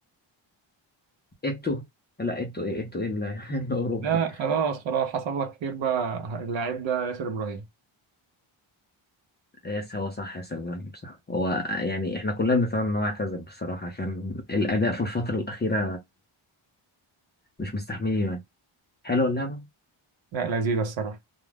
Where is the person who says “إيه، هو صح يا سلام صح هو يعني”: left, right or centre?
Left